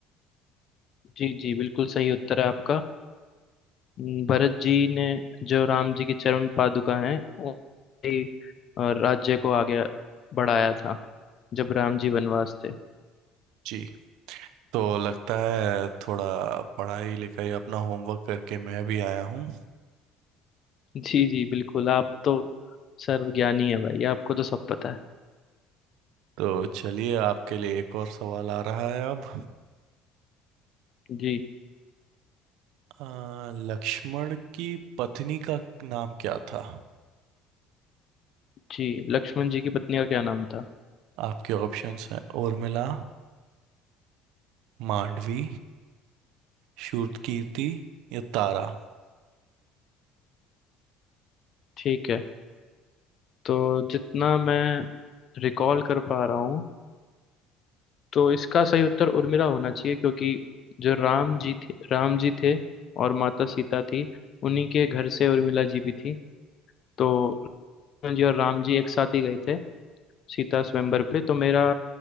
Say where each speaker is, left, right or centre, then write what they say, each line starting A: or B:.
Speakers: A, on the left; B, on the right.
A: जी जी बिल्कुल सही उत्तर है आपका हम्म, भरत जी ने जो राम जी की चरण पादुका हैं उन्होंने ही, अ, राज्य को आगे बढ़ाया था जब राम जी वनवास थे
B: जी तो लगता है थोड़ा पढ़ाई लिखाई अपना होमवर्क करके मैं भी आया हूँ
A: जी जी बिल्कुल आप तो सर्वज्ञानी है भाई आपको तो सब पता है
B: तो चलिए आपके लिए एक और सवाल आ रहा है अब
A: जी
B: अ, लक्ष्मण की पत्नी का नाम क्या था
A: जी लक्ष्मण जी की पत्नी का क्या नाम था
B: आपके ऑप्शंस हैं उर्मिला मांडवी शूरकीर्ति या तारा
A: ठीक है तो जितना मैं रिकॉल कर पा रहा हूँ तो इसका सही उत्तर उर्मिला होना चाहिए क्योंकि जो राम जी थे राम जी थे और माता सीता थी उन्हीं के घर से उर्मिला जी भी थी तो उर्मिला जी और राम जी एक साथ ही गए थे सीता स्वयंवर पे तो मेरा